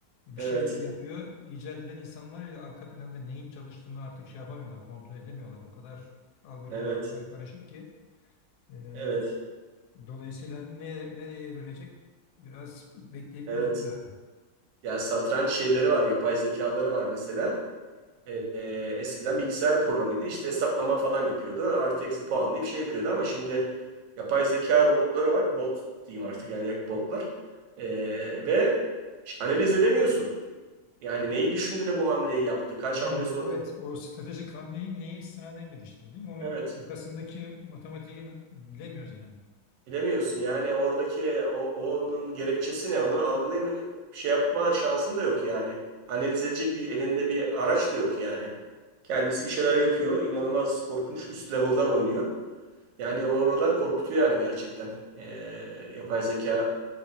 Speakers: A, on the left; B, on the right.
A: bir
B: evet,
A: şeyleri yapıyor. İcat eden insanlar bile arka planda neyin çalıştığını artık şey yapamıyorlar, kontrol edemiyorlar. O kadar algoritmalar
B: evet,
A: kar- karışık ki e,
B: evet,
A: dolayısıyla ne, nereye evrilecek biraz bekleyip
B: evet.
A: göreceğiz herhalde.
B: Ya satranç şeyleri var, yapay zekaları var mesela. E, e, eskiden bilgisayar programıydı. İşte hesaplama falan yapıyordu. Artı eksi puanlayıp şey yapıyordu ama şimdi yapay zeka robotları var. Bot diyeyim artık yani botlar. E, ve ş- analiz edemiyorsun. Yani neyi düşündü de bu hamleyi yaptı? Kaç
A: Yani
B: hamle sonra?
A: o- evet o stratejik hamleyi neye istinaden geliştirdi? Onu
B: Evet.
A: arkasındaki matematiği bilemiyoruz yani.
B: Bilemiyorsun. Yani oradaki o, onun gerekçesi ne? Onu algılayam şey yapma şansın da yok yani. Analiz edecek bir elinde bir araç da yok yani. Kendisi bir şeyler yapıyor. İnanılmaz korkunç üst level'dan oynuyor. Yani oralar korkutuyor yani gerçekten. Ee, yapay zeka,